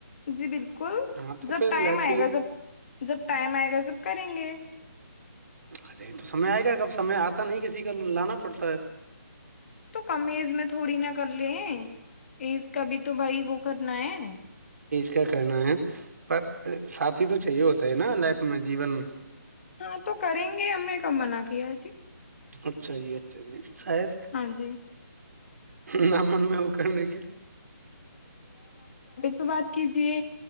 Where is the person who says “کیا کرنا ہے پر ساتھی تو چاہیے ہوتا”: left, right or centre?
Right